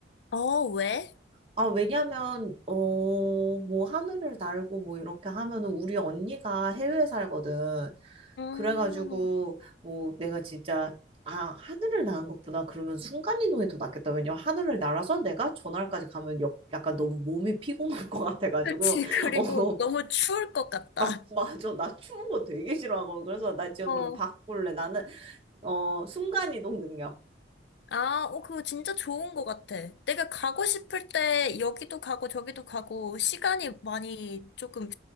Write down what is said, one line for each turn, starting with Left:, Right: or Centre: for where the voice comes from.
Left: 어, 왜?
Right: 아, 왜냐면, 어, 뭐, 하늘을 날고 뭐, 이렇게 하면은, 우리 언니가 해외에 살거든.
Left: 음,
Right: 그래가지고,
Left: <laughs>
Right: 뭐, 내가 진짜, 아, 하늘을 나는 것보다 그러면 순간이동이 더 낫겠다. 왜냐면 하늘을 날아서 내가 전화까지 가면 역- 약간 너무 몸이 피곤할 것 같아가지고,
Left: 그치. 그리고
Right: 어,
Left: 너무 추울 것 같다.
Right: 아, 맞아. 나 추운 거 되게 싫어하고. 그래서 나 지금
Left: 어.
Right: 그럼 바꿀래. 나는 어, 순간이동 능력.
Left: 아, 어, 그거 진짜 좋은 것 같아. 내가 가고 싶을 때 여기도 가고 저기도 가고 시간이 많이 조금,